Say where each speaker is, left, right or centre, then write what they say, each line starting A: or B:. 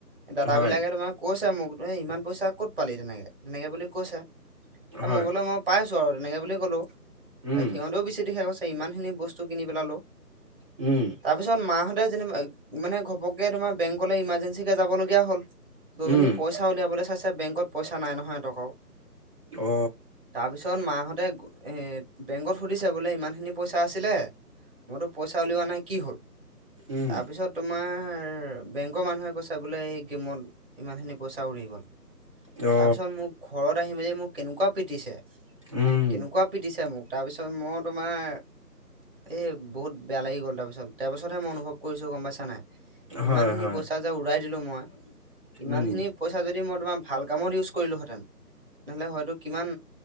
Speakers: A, on the right (about 35°); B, on the right (about 20°).
A: দাদাবিলাকে
B: হয়
A: তোমাক কৈছে মোক এই ইমান পইচা ক'ত পালি তেনেকে তেনেকে বুলি কৈছে এ
B: হয়
A: মই বোলে মই পাই আছো আৰু তেনেকে বুলি কলো
B: উম
A: এ সিহতেও বেছি দিখা গৈছে ইমান খিনি বস্তু কিনি পেলা লো
B: উম
A: তাৰপিছত মাহঁতে যেন মানে ঘপককে তোমাৰ বেংকলৈ ইমাৰ্জেঞ্চিকে যাবলগীয়া হ'ল গৈমিনী
B: উম
A: পইচা উলিয়াবলৈ চাইছে বেংকত পইচা নাই নহয় এতকাও
B: অ
A: তাৰপিছত মাহঁতে বেংকত সুধিছে বোলে ইমানখিনি পইচা আছিলে মইতো পইচা উলিওৱা নাই কি হ'ল
B: উম
A: তাৰপিছত তোমাৰ বেংকৰ মানুহে কৈছে বোলে এই গেমত ইমানখিনি পইচা উৰি গ'ল
B: অ
A: তাৰপিছত মোক ঘৰত আহি মেলি মোক কেনেকুৱা পিটিছে কেনেকুৱা
B: উম
A: পিটিছে মোক তাৰপিছত মই তোমাৰ এ বহুত বেয়া লাগি গ'ল তাৰপিছত তাৰ পিছতহে মই অনুভৱ কৰিছো গম পাইছা নাই ইমান
B: হয়
A: খিনি
B: হয়
A: পইচা যে উৰাই দিলো মই ইমান
B: উম
A: খিনি পইচা যদি মই তোমাৰ ভাল কামত ইউজ কৰিলো হেঁতেন, তেনেহলে হয় কিমান